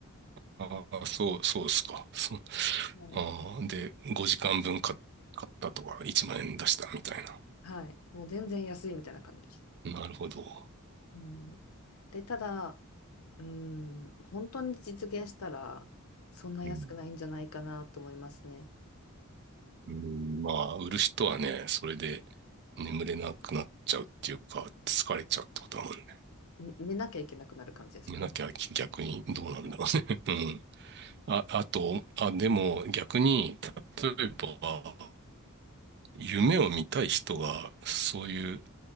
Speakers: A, on the right; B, on the left.
A: あー、そう、そうですか。そう。
B: はい
A: ああ、で、5時間分買買ったとか、1万円出したみたいな。
B: はい。もう全然安いみたいな感じです。
A: なるほど。
B: うん。で、ただ、うん、本当に実現したら、そんな安くないんじゃないかなと思いますね。
A: うんうん、まあ、売る人はね、それで眠れなくなっちゃうっていうか、疲れちゃうってことだもんね。
B: ね寝なきゃいけなくなる感じですかね。
A: 寝なきゃ逆にどうなんだろうね。
B: はい。
A: <laughs> うん。あ、あと、あ、でも逆に、例えば、夢を見たい人が、そういう、